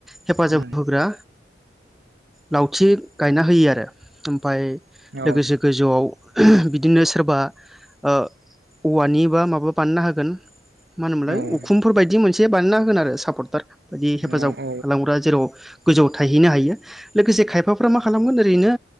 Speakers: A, in the centre; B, on the right.
A: हेफाजाब
B: उम
A: होग्रा लावथि गायना होयो आरो ओमफाय
B: औ
A: लोगोसे गोजौआव बि बिदिनो सोरबा ओ औवानि बा माबा बानायनो होगोन। मा होनोमोनलाय
B: औ
A: उखुमफोर बायदि मोनसे बानायना होगोन आरो सापर्टार। बायदि हेफाजाब
B: औ औ
A: खालामग्रा जेराव गोजौआव थायहैनो हायो। लोगोसे खायफाफ्रा मा खालामगोन ओरैनो